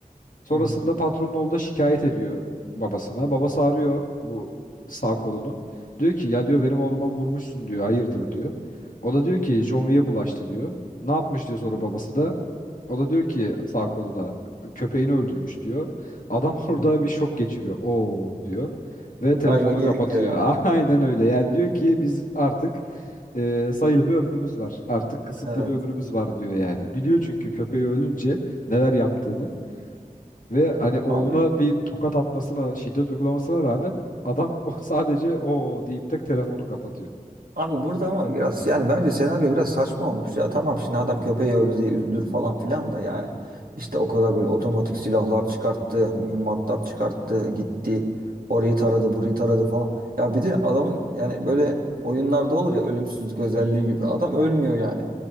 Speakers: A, on the left (about 65°); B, on the right (about 75°).
A: Sonrasında
B: Hı hı.
A: patronun oğlu da şikayet ediyor babasına. Babası arıyor bu sağ kolunu. Diyor ki ya diyor benim oğluma vurmuşsun diyor. Hayırdır diyor. O da diyor ki John Wick'e bulaştı diyor. Ne yapmış diyor sonra babası da. O da diyor ki sağ kolu da köpeğini öldürmüş diyor. Adam <laughs>
B: hı
A: orada
B: hı.
A: bir şok geçiriyor. Oo diyor. Ve telefonu
B: Ayva yedik
A: kapatıyor.
B: diyor yani.
A: <laughs> Aynen öyle. Yani diyor ki biz artık e, sayılı bir ömrümüz var. Artık kısıtlı
B: Evet.
A: bir ömrümüz var diyor yani. Biliyor çünkü köpeği ölünce neler yaptığını. Ve hani oğluna
B: Abi
A: bir tokat atmasına, şiddet uygulamasına rağmen adam <laughs> o sadece o deyip de telefonu kapatıyor.
B: Abi burada ama biraz yani bence senaryo biraz saçma olmuş ya. Tamam şimdi adam köpeği öldü diye üzülür falan filan da yani işte o kadar böyle otomatik silahlar çıkarttı, mühimmatlar çıkarttı, gitti. Orayı taradı, burayı taradı falan. Ya bir de adamın yani böyle oyunlarda olur ya ölümsüzlük özelliği gibi. Adam ölmüyor yani.